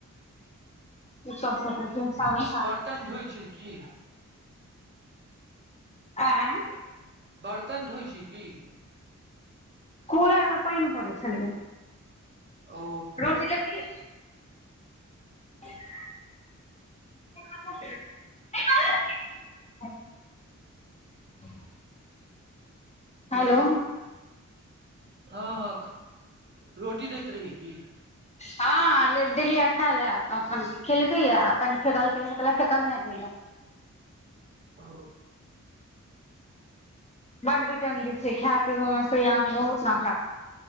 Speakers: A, on the left (about 20°); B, on the right (about 35°).
A: कह च छ
B: तन धइ छी की
A: आँय
B: बर्तन धोइ छी की
A: कूलर मे पानि भरै छलियै
B: ओ
A: रोटी लेबही <inaudible> रंत् <inaudible> हेलो
B: हँ हँ रोटी दैत रही की
A: हँ देली अच्छा ले अपन खेलकै या कनी फेकल फेकल नहि कलक
B: ओ
A: बड भी टडी छै खाय पबो में यंख बहुत न खराब <unintelligible>